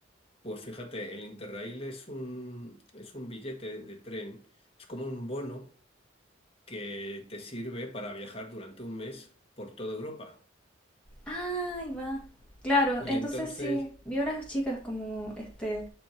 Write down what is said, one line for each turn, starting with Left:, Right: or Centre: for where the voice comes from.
Left: Pues fíjate, el Interrail es un, es un billete de tren, es como un bono que te sirve para viajar durante un mes por toda Europa.
Centre: Ah, ahí va. Claro,
Left: Y
Centre: entonces
Left: entonces,
Centre: sí, vi unas chicas como este